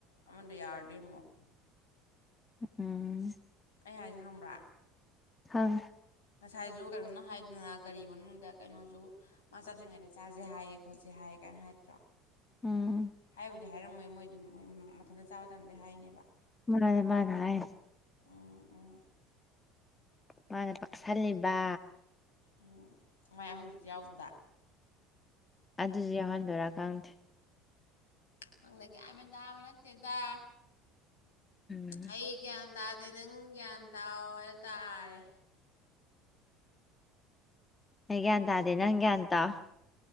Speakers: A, on the left; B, on the left.
A: ꯑꯃꯗꯣ ꯌꯥꯎꯔꯗꯤ ꯑꯃꯨꯛ
B: ꯎꯝ
A: ꯑꯩ ꯍꯥꯏꯁꯦ ꯈꯪꯕ꯭ꯔꯥ
B: ꯈꯪꯉꯦ
A: ꯉꯁꯥꯏꯁꯨ ꯀꯩꯅꯣꯝꯅ ꯍꯥꯏꯗꯅ ꯒꯥꯔꯤ ꯃꯅꯨꯡꯗ ꯀꯩꯅꯣꯁꯨ ꯃꯥ ꯆꯠꯇ꯭ꯔꯤꯉꯩꯗ ꯆꯥꯁꯦ ꯍꯥꯏꯌꯦ ꯈꯣꯠꯁꯦ ꯍꯥꯏꯌꯦ ꯀꯥꯏꯅ ꯍꯥꯏꯗ꯭ꯔꯣ
B: ꯎꯝ
A: ꯍꯥꯏ ꯗꯤ ꯍꯥꯏꯔꯝꯃꯣꯏ ꯃꯣꯏ ꯑꯗꯨꯝ ꯃꯊꯟꯇ ꯆꯥꯕ ꯇꯟꯕꯩ ꯍꯥꯏꯅꯦꯕ
B: ꯃꯥꯅꯦ ꯃꯥꯅ ꯍꯥꯏ
A: ꯎꯝ ꯎꯝ
B: ꯃꯥꯅ ꯇꯥꯛꯁꯜꯂꯤꯕ
A: ꯎꯝ ꯃꯥꯏ ꯑꯃꯗꯣ ꯌꯥꯎꯕꯗꯨꯗ
B: ꯑꯗꯨꯁꯨ ꯌꯥꯎꯍꯟꯗꯣꯏꯔꯥ ꯀꯪꯗ꯭ꯔꯦ
A: ꯈꯪꯗꯦ ꯒ꯭ꯌꯥꯟ ꯃꯦꯟ ꯇꯕ ꯅꯠꯇꯦꯗ
B: ꯎꯝ
A: ꯑꯩ ꯒ꯭ꯌꯥꯟ ꯇꯗ ꯈꯪꯗꯦ ꯅꯪ ꯒ꯭ꯌꯥꯟ ꯇꯥꯎ ꯍꯥꯏꯗꯣ ꯇꯔꯦ
B: ꯑꯩ ꯒ꯭ꯌꯥꯟ ꯇꯗꯦ ꯅꯪ ꯒ꯭ꯌꯥꯟ ꯇꯥꯎ